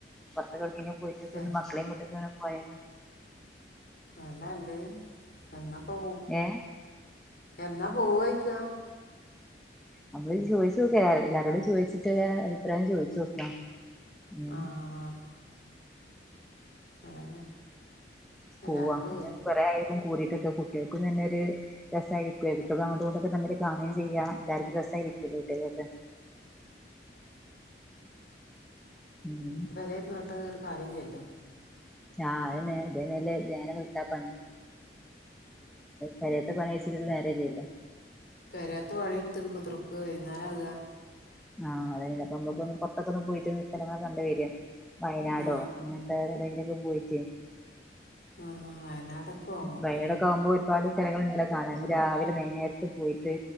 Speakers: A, in the centre; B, on the left (about 55°).
A: വറത്തകൾ എനെ പോയിട്ടക്ക
B: എഹ്
A: മക്കളെയും കട്ടക്ക പോയല്
B: ല്ല എന്നപ്പോ
A: ഏ
B: എന്നാ പോവയിക്ക
A: നമ്മള് ചോദിച്ചു നോക്ക എല്ലാരോടും ചോദിച്ചിട്ട് അഭിപ്രായം ചോയിിച്ചു നോക്കാം ഉം
B: ആഹ് അതന്നെ എല്ലാരോടുവേ
A: പോവാ ഞാൻ കുറെ ആാലും കൂറിട്ട് കുട്ടികൾക്കും തന്നെ ഒരു രസയിരിക്കും കുട്ടക്കെ അങ്ങോട്ട കൊണ്ടൊക്കെ തമ്മര് കാണുകയും ചെയ്യാ എല്ലാവർും രസ്സ ആരിക്കല്ലോ കുട്ടി ആക്കൊക്കെ ഉം
B: പെരേയിരുന്നിട്ട് ഒരു കാര്യ ഇല്ലല്ലേ
A: ആ അതെ ഇതല്ലേ നേരം വെളുത്ത പണി പെരേത്തെ പണി കഴിച്ചിട്ട് നേരം ഇല്ലല്ലോ
B: പെരത്ത പണി എടുത്തി കുതിർക്ക് വൈകുന്നേരം ആകാ
A: ആഹ് അതെയ അപ്പ നമ്മക്കൊ പുറത്തൊക്ക ഒന്ന് പോയിട്ട്ന്ന് സ്ഥലങ്ങള കണ്ടു വരിക വയനാടോ
B: ആ
A: അങ്ങനെയൊക്കെ എടിയിലൊക്കെ പോയിട്ട്
B: ആ വയനാടൊക്കെ പോവാം നമുക്ക്
A: വയനാടൊക്കെ ആകുമ്പോ ഒരുപാട് സ്ഥലങ്ങൾ ഉണ്ടല്ലേ കാണാന് രാവിലെ ന്നേരത്ത് പോയിട്ട്